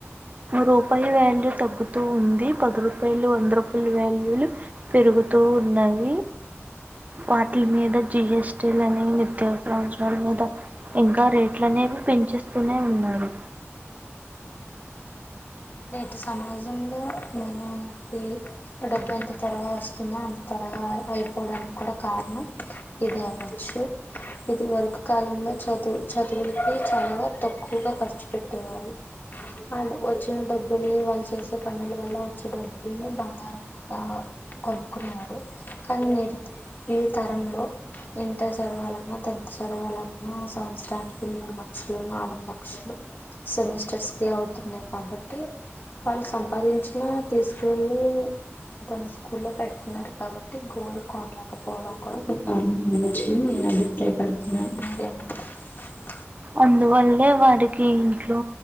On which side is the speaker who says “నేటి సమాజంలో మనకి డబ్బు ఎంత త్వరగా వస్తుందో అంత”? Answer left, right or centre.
Left